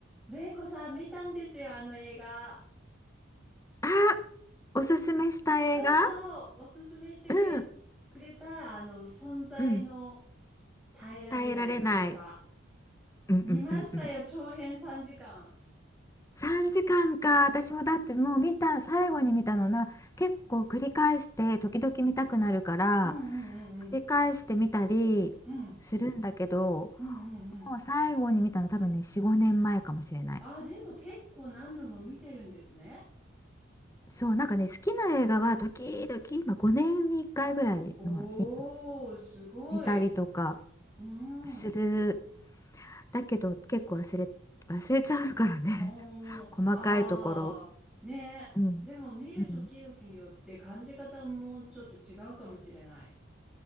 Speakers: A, in the centre; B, on the left.
A: レイコさん見たんですよ、あの映画。
B: あ、おすすめした映画
A: そうそう、おすすめしてくれ、
B: うん、
A: くれた、あの、存在の
B: うん。
A: 耐えられない軽さ。
B: 耐えられない。うんうんうんうん。
A: 見ましたよ、長編3時間。
B: 3時間かんか。私もだってもう見た、最後に見たのな、結構繰り返して、時々見たくなるから、
A: うんうんうんうん。
B: 繰り返して見たりするんだけど、
A: うんうんうんうん。
B: もう最後に見たの多分ね、4、5年前かもしれない。
A: あ、でも結構何度も見てるんですね。
B: そう、なんかね、好きな映画は時々、まあ、5年に1回ぐらいの頻度で
A: おー、すごい。
B: 見たりとか
A: うん。
B: するだけど結構忘れ、忘れちゃうからね
A: おー、
B: <laughs> 細かいところ。
A: あー、ね。
B: うん。
A: でも見るときどきによって感じ方もちょっと違うかもしれない。
B: うん。